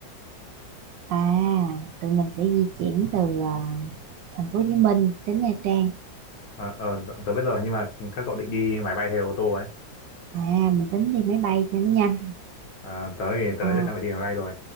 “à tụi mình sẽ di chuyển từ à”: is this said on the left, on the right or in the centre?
Right